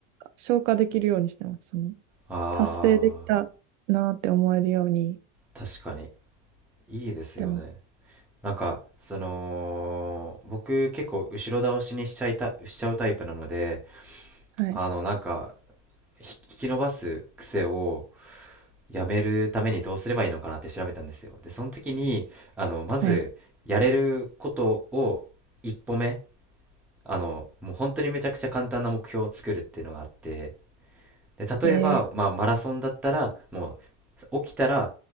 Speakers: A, on the right (about 80°); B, in the centre.
A: 消化できるようにしてます。その、
B: ああ
A: 達成できたなって思えるように
B: ー、確かに。いいですよね。
A: してます。
B: なんか、その、僕結構後ろ倒しにしちゃいた、しちゃうタイプなので、
A: はい。
B: あの、なんか、ひ引き伸ばす癖をやめるためにどうすればいいのかなって調べたんですよ。で、その時に、あの、まず、
A: はい。
B: やれることを一歩目、あの、もう本当にめちゃくちゃ簡単な目標を作るっていうのがあって、で、例えば、
A: え
B: まあ、マラソンだったら、もう、起きたら、